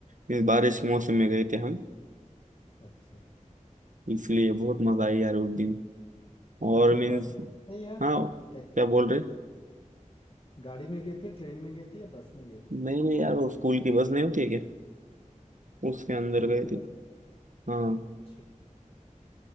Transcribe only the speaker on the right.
मीन्स बारिश के मौसम में गए थे हम
इसलिए बहुत मजा आई यार उस दिन
और
मीन्स
हाँ
क्या बोल रहे
नहीं नहीं यार वो स्कूल की बस नहीं होती है क्या उसके अंदर
गए
थे
हाँ